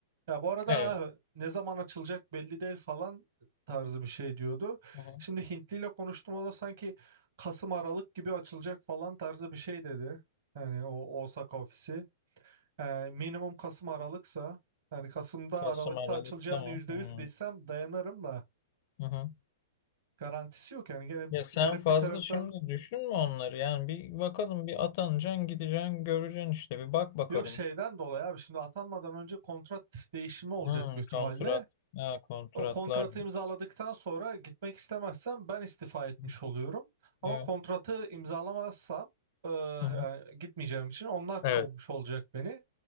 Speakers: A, on the right; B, on the left.
A: ya bu arada
B: Evet.
A: ha, ne zaman açılacak belli değil falan tarzı bir şey diyordu.
B: Hı hı.
A: Şimdi Hintli ile konuştum o da sanki Kasım Aralık gibi açılacak falan tarzı bir şey dedi. Yani o Osaka ofisi. Ee, minimum Kasım Aralık'sa yani Kasım'da
B: Kasım
A: Aralık'ta
B: Aralık
A: açılacağını
B: tamam.
A: %100
B: Hı.
A: bilsem dayanırım da
B: Hı hı.
A: garantisi yok yani gene
B: Ya sen
A: garip
B: fazla
A: bir sebepten
B: şimdi düşünme onları. Yani bir bakalım bir atanacaksın gideceksin göreceksin işte. Bir bak bakalım.
A: yok şeyden dolayı abi şimdi atanmadan önce kontrat değişimi olacak
B: Hı,
A: büyük ihtimalle.
B: kontrat. Ha, kontratlar.
A: O kontratı
B: Hı
A: imzaladıktan sonra gitmek istemezsem ben istifa
B: hı.
A: etmiş oluyorum. Ama
B: Evet.
A: kontratı imzalamazsam e, yani
B: Hı hı.
A: gitmeyeceğim için onlar
B: Evet.
A: kovmuş olacak beni.